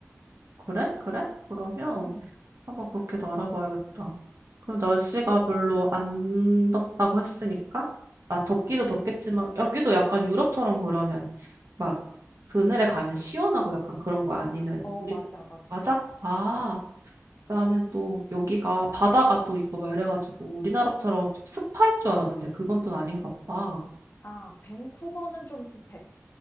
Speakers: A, on the right; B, on the left.
A: 그래? 그래? 그러면
B: 응, 응,
A: 한번 그렇게도 알아봐야겠다. 그럼 날씨가
B: 응,
A: 별로 안 덥다고 했으니까, 아, 덥기도
B: 응.
A: 덥겠지만, 여기도 약간 유럽처럼 그러면, 막, 그늘에 가면 시원하고 약간 그런 거야? 아니면,
B: 어,
A: 우리,
B: 맞아, 맞아.
A: 맞아? 아, 나는 또 여기가 바다가 또 있고 막 이래가지고, 우리나라처럼 좀 습할 줄 알았는데, 그건 또 아닌가 보다.
B: 아, 밴쿠버는 좀 습해.